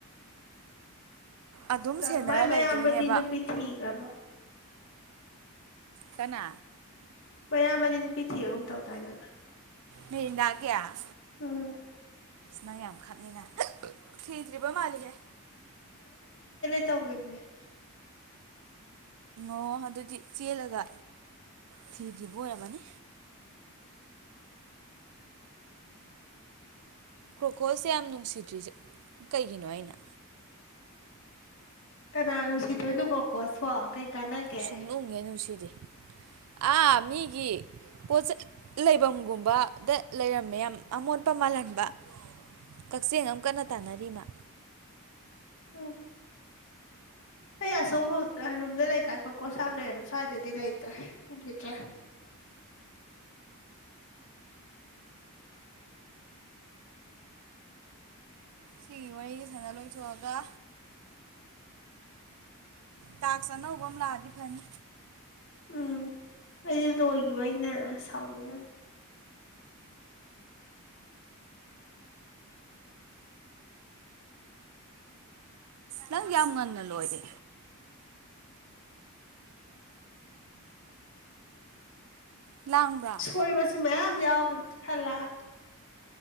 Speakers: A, on the right; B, on the left.
A: ꯑꯗꯨꯝ
B: ꯆꯝꯃꯥꯏ
A: ꯁꯦꯟꯅꯔ
B: ꯃꯌꯥꯝꯕꯗꯤ
A: ꯂꯩꯗꯣꯏꯅꯦꯕ
B: ꯅꯨꯄꯤ ꯊꯤꯈ꯭ꯔꯕ
A: ꯀꯅꯥ
B: ꯃꯌꯥꯝꯕꯗꯤ ꯅꯨ ꯄꯤꯊꯤꯑꯒꯨꯝ ꯇꯧ ꯇꯥꯏꯅ
A: ꯃꯗꯥ ꯀꯌꯥ
B: ꯎꯝ
A: ꯅꯪ ꯌꯥꯝ ꯈꯛꯉꯤꯅ ꯊꯤꯔꯤꯄꯥ ꯃꯥꯜꯂꯤꯦ
B: ꯇꯒꯦ
A: ꯑꯣ ꯑꯗꯨꯗꯤ ꯆꯦꯜꯂꯒ ꯊꯤꯗ꯭ꯔꯤꯕ ꯑꯣꯏꯔꯝꯃꯅꯤ ꯀ꯭ꯔꯣꯀꯣꯜꯁꯦ ꯌꯥꯝ ꯅꯨꯡꯁꯤꯗ꯭ꯔꯤꯁ ꯀꯩꯒꯤꯅꯣ ꯑꯩꯅ
B: ꯀꯅꯥ ꯅꯨꯡꯁꯤꯗꯣꯏꯅꯣꯀꯣꯀꯣ ꯁꯣ ꯀꯩ ꯀꯥꯟꯅꯒꯦ
A: ꯁꯨꯡꯅꯨꯡ ꯍꯦꯛ ꯅꯨꯡꯁꯤꯗꯦ ꯑꯥ ꯃꯤꯒꯤ ꯄꯣꯆ ꯂꯩꯐꯝꯒꯨꯝꯕꯗ ꯂꯩꯔꯝꯃꯦ ꯌꯥꯝ ꯑꯃꯣꯠꯄ ꯃꯥꯜꯍꯟꯕ ꯀꯛꯆꯤꯡ ꯑꯃ ꯀꯟꯅ ꯇꯥꯅꯔꯤꯃ
B: ꯎꯝ ꯑꯩ ꯑꯁꯣꯝ ꯔꯨꯝꯗ ꯂꯩꯀꯥꯏ ꯈꯣꯀꯣꯁꯝ ꯂꯩꯔꯝꯃꯤ ꯁ꯭ꯋꯥꯏꯗꯗꯤ ꯂꯩꯇ꯭ꯔꯦꯈꯤꯗ꯭ꯔꯥ
A: ꯁꯤ ꯋꯥ ꯁꯅ ꯂꯣꯏꯊꯣꯛꯑꯒ ꯇꯥꯛꯁꯅꯧꯕ ꯑꯃ ꯂꯥꯛꯑꯦ ꯐꯅꯤ
B: ꯎꯝ ꯑꯩꯗꯤ ꯂꯣꯏꯈꯤꯕ ꯑꯩꯅ ꯁꯥꯎꯅꯤ
A: ꯅꯪ ꯌꯥꯝ ꯉꯟꯅ ꯂꯣꯏꯔꯦ ꯂꯥꯡꯕ꯭ꯔꯥ
B: ꯁꯣꯏꯕꯁꯨ ꯃꯌꯥꯝꯌꯥꯝ ꯌꯥꯎꯒ ꯈꯜꯂꯑꯒ